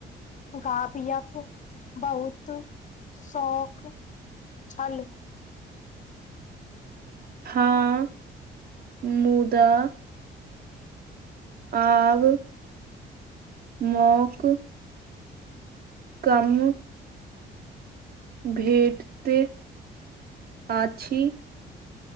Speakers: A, on the left (about 40°); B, on the right (about 50°).
A: गाबिक बहुत शौक छल
B: हँ मुदा आब मौक कम भेटते अछि